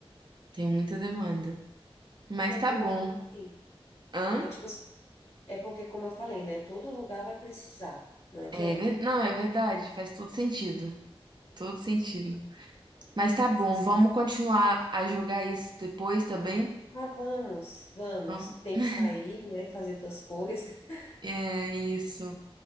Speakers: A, on the right; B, on the left.
A: Tem muita demanda.
B: É
A: Mas
B: porque, é
A: tá
B: como
A: bom.
B: eu falei,
A: Hã?
B: é tipo, assim, é porque, como eu falei, né? Todo lugar vai precisar, não adianta.
A: É, ver- não, é verdade, faz todo sentido. Todo sentido. Mas tá bom,
B: Mas,
A: vamos continuar a jogar isso depois tá bem
B: Ah, vamos, vamos,
A: Vamos.
B: tem
A: <laughs>
B: que sair, né? Fazer tuas coisas. <laughs>
A: É isso.